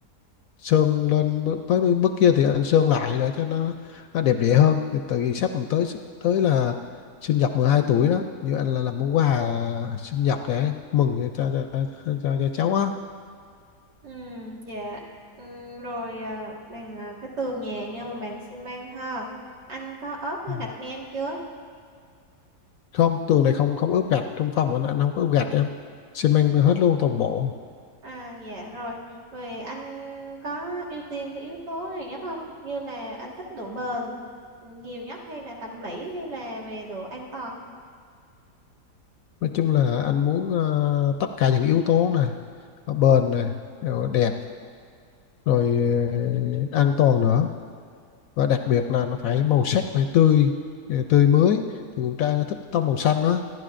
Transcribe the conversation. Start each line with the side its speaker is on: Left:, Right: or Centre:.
Left: xương lên bớ- với với mức kia thì ăn xương lại để cho nó, nó đẹp đẽ hơn tại vì sắp còn tới tới là sinh nhật 12 tuổi đó như anh là làm món quà sinh nhật để mừng cho cho cho, cho, cho cháu á
Right: Ừ, dạ. Ừ, rồi à, bằng à, cái tường nhà nhưng mà bằng xi măng ha. Anh có ốp à,
Left: Ừ.
Right: gạch men chưa?
Left: không tường này không không ướp gạch trong phòng anh, anh không có ướp gạch em xi măng hết luôn toàn bộ
Right: À dạ rồi. Rồi anh có ưu tiên cái yếu tố này nhất không? Như là anh thích độ bền nhiều nhất hay là thẩm mỹ hay là về độ an toàn?
Left: nói chung là anh muốn ờ, tất cả những yếu tố này bền này rồi đẹp rồi ờ, an toàn nữa và đặc biệt là nó phải màu sắc phải tươi ờ, tươi mới thì con trai nó thích tông màu xanh đó